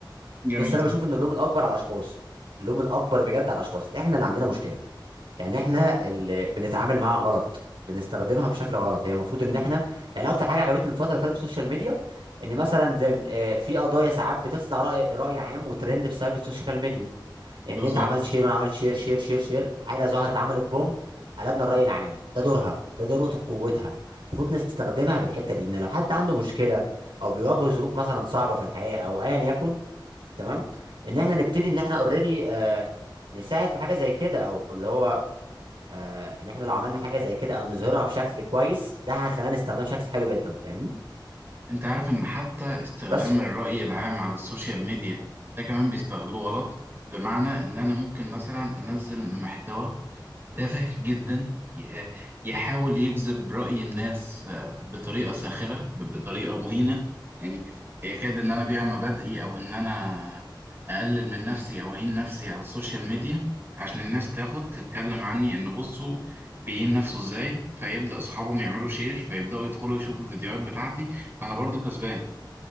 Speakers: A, on the right (about 30°); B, on the right (about 85°).
A: جميل
B: بس انا بشوف ان اللوم الاكبر على الاشخاص اللوم الاكبر بجد على الاشخاص احنا اللي عندنا مشكله يعني احنا اللي بنتعامل معاها غلط بنستخدمها بشكل غلط هي المفروض ان احنا يعني اكتر حاجه عجبتني الفتره اللي فاتت في السوشيال ميديا ان مثلا زي آه، في قضايا ساعات بتطلع راي راي عام وترند بسبب السوشيال ميديا
A: بالظبط
B: ان انت عملت شير وانا عملت شير شير شير شير حاجه ظهرت عملت بوم قلبنا الراي العام ده دورها ده ده نقطه قوتها المفروض نستخدمها بالحته دي ان لو حد عنده مشكله او بيواجه ظروف مثلا صعبه في الحياه او ايا يكن تمام ان احنا نبتدي ان احنا اوريدي نساعد في حاجه زي كده او اللي هو آه، ان احنا لو عملنا حاجه زي كده او نظهرها بشكل كويس ده هيخلينا نستخدمها بشكل حلو جدا فاهمني
A: انت عارف ان حتى استخدام
B: بس ف-
A: الرأي العام على السوشيال ميديا ده كمان بيستغلوه غلط بمعنى ان انا ممكن مثلا انزل محتوى تافه جدا ي- يحاول يجذب رأي الناس آه، بطريقة ساخرة ب- بطريقة مهينة يعني يكاد إن أنا أبيع مبادئي أو إن أنا أقلل من نفسي أو أهين نفسي على السوشيال ميديا عشان الناس تاخد تتكلم عني إن بصوا بيهين نفسه إزاي فيبدأ أصحابهم يعملوا شير فيبدأوا يدخلوا يشوفوا الفيديوهات بتاعتي فأنا برضو كسبان